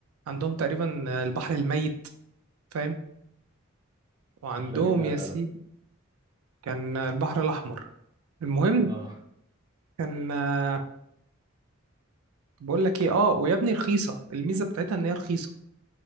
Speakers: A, on the right; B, on the right.
A: عندهم تقريبا البحر الميت فاهم وعندهم
B: ده مين اللي
A: يا
B: قتله
A: سيدي كان البحر الأحمر المهم
B: اه
A: كان آه، بقول لك ايه اه ويا ابني رخيصة الميزة بتاعتها ان هي رخيصة